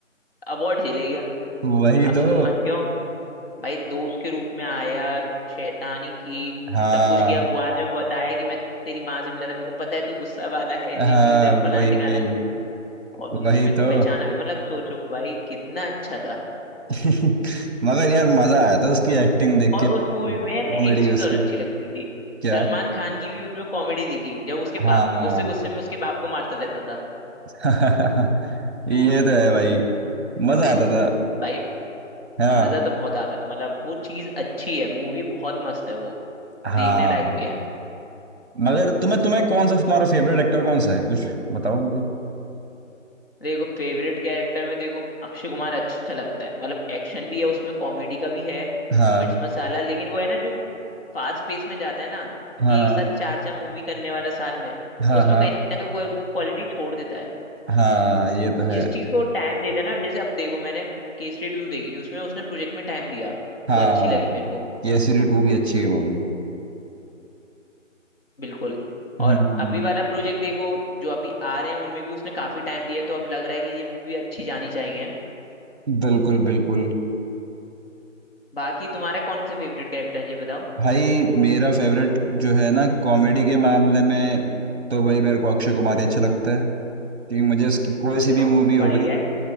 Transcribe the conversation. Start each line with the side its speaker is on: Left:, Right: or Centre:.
Left: अवार्ड ले गया
Right: वही
Left: अक्षय
Right: तो
Left: कुमार क्यों भाई दोस्त के रूप में आया शैतानी की
Right: हाँ
Left: सब कुछ किया बाद में बताया कि मैं तेरी माँ से मिला था मेरे को पता है तू गुस्सा वाला है
Right: हाँ
Left: ये चीज है फलाना
Right: वही
Left: ठिकाना
Right: वही
Left: है और तू मेरे
Right: वही
Left: को
Right: तो
Left: पहचाना भी मतलब सोचो भाई कितना अच्छा था
Right: <laughs> मगर यार मजा आया था उसकी एक्टिंग देख
Left: और
Right: के
Left: उस मूवी में ना
Right: कॉमेडी
Left: एक चीज
Right: उसकी
Left: और अच्छी लगती थी
Right: क्या
Left: सलमान खान की भी उसमें कॉमेडी दिखी जब उसके
Right: हाँ
Left: बाप गुस्से गुस्से में उसके बाप को मारता रहता था
Right: <laughs> ये तो है भाई मजा आता था
Left: भाई
Right: हाँ
Left: मजा तो बहुत आता था मतलब वो चीज अच्छी है मूवी बहुत मस्त है वो
Right: हाँ
Left: देखने लायक भी है
Right: मगर तुम्हें तुम्हें कौन सा तुम्हारा फेवरेट एक्टर कौन सा है कुछ बताओ मुझे
Left: देखो फेवरेट कैरेक्टर में देखो अक्षय कुमार अच्छा लगता है मतलब एक्शन भी है उसमें कॉमेडी का भी है
Right: हाँ
Left: मिर्च मसाला लेकिन वो है ना जो फास्ट पेस में जाता है ना
Right: हाँ
Left: कि एक साथ चार चार मूवी करने वाला साल में
Right: हाँ
Left: उसमें
Right: हाँ
Left: कहीं ना कहीं वो वो क्वालिटी छोड़ देता है
Right: हाँ ये तो
Left: जिस
Right: है
Left: चीज को टाइम देता है ना जैसे अब देखो मैंने केसरी टू देखी उसमें उसने प्रोजेक्ट में टाइम दिया
Right: हाँ
Left: वो अच्छी लगी मेरे को
Right: केसरी टू भी अच्छी है मूवी
Left: बिल्कुल
Right: हम्म
Left: और अभी वाला प्रोजेक्ट देखो जो अभी आ रहे हैं उनमें भी उसने काफी टाइम दिया है, तो अब लग रहा है कि ये मूवी अच्छी जानी चाहिए
Right: बिल्कुल बिल्कुल
Left: बाकी तुम्हारे कौन से फेवरेट कैरेक्टर हैं ये बताओ
Right: भाई मेरा फेवरेट जो है ना कॉमेडी के मामले में तो भाई मेरे को अक्षय कुमार ही अच्छा लगता है क्योंकि मुझे उसकी कोई सी
Left: चलो
Right: भी मूवी हो
Left: बढ़िया
Right: गई
Left: है